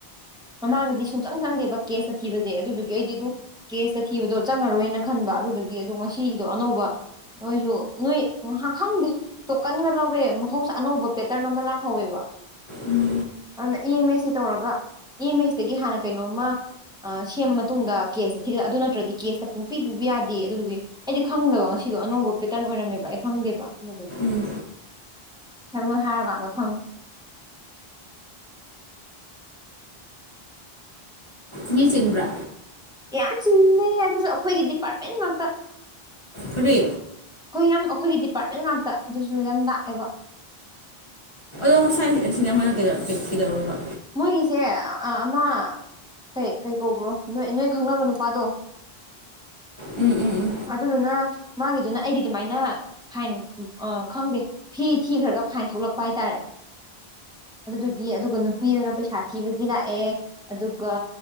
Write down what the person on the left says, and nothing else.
ꯎꯝ
ꯎꯝ
ꯃꯤ ꯆꯤꯡꯕ꯭ꯔꯥ
ꯀꯔꯤ
<unintelligible> ꯀꯩꯗꯧ ꯀꯩꯗꯧꯔꯨꯕ
ꯎꯝ ꯎꯝ